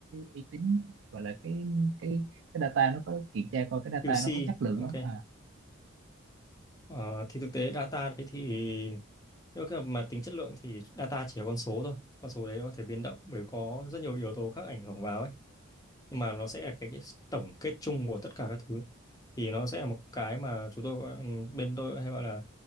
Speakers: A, on the right; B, on the left.
A: uy tín gọi là cái cái cái data nó có kiểm tra coi cái data
B: QC
A: nó có chất lượng không
B: ok
A: À,
B: Ờ, thì thực tế data đấy thì nếu mà mà tính chất lượng thì data chỉ là con số thôi con số đấy nó có thể biến động bởi có rất nhiều yếu tố khác ảnh hưởng vào ấy nhưng mà nó sẽ là cái, cái tổng kết chung của tất cả các thứ thì nó sẽ là một cái mà chúng tôi gọi- bên tôi hay gọi là